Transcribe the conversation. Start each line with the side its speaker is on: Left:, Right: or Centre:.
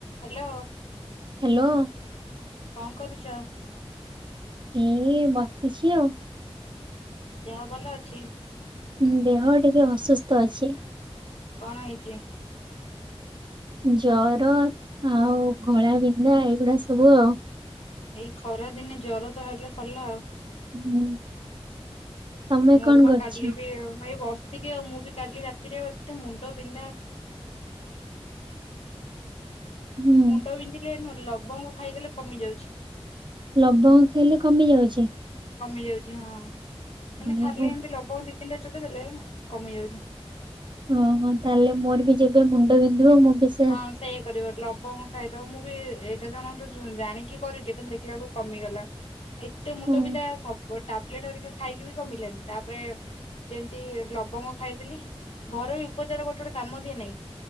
Left: Hello
Right: hello
Left: କଣ କରୁଚ?
Right: ମୁଁ ବି ଏଇ ବସିଛି ଆଉ।
Left: ଦେହ ଭଲ ଅଛି?
Right: ହୁଁ, ଦେହ ଟିକେ ଅସୁସ୍ଥ ଅଛି।
Left: କଣ ହେଇଛି?
Right: ଜର ଆଉ ଘୋଳା ବିିନ୍ଧା, ଏଇଗୁଡା ସବୁ ଆଉ।
Left: ଏଇ ଖରା ଦିନେ ଜର ତ ହେଲେ ସରିଲା ଆଉ।
Right: ହୁଁ। ତମେ
Left: ମୋର
Right: କଣ
Left: ବା
Right: କରୁଛ?
Left: କାଲି ବି ଏଇ ହେଇ ବସ୍ ଟିକେ, ମୁଁ ବି କାଲି ରାତିରେ, ଏତେ ମୁଣ୍ଡ ବିନ୍ଧା
Right: ହୁଁ
Left: ମୁଣ୍ଡ ବିନ୍ଧିଲେ, ଲବଙ୍ଗ ଖାଇଦେଲେ କମି ଯାଉଛି।
Right: ଲବଙ୍ଗ ଖାଇଲେ କମି ଯାଉଛି?
Left: କମି ଯାଉଛି ହଁ, ମାନେ
Right: ଓହୋ
Left: ଖାଲି ଏମିତି ଲବଙ୍ଗ ଦି, ତିନିଟା ଚୋବେଇ ଦେଲେ କମି ଯାଉଛି।
Right: ଓହୋ, ତାହେଲେ ମୋର ବି ଯେବେ ମୁଣ୍ଡ ବିନ୍ଧିବ ମୁଁ ବି ସେ
Left: ହଁ, ସେଇଆ କରିବ, ଲବଙ୍ଗ ଖାଇଦବ, ମୁଁ ବି ଏଇଟା ଜଣଙ୍କୁଟୁ ଜାଣିକି କରିଲି କିନ୍ତୁ ଦେଖିଲା ବେଳକୁ କମିଗଲା। ଏତେ ମୁଣ୍ଡ
Right: ହଁ
Left: ବିନ୍ଧା, ସବୁ ଟାବଲେଟ ହେରିକା ଖାଇକି ବି କମିଲାନି, ତାପରେ ଯେମତି ଲବଙ୍ଗ ଖାଇଦେଲି, ଘରୋଇ ଉପଚାର ଗୋଟେ ଗୋଟେ କାମ ଦିଏ ନାହିଁ?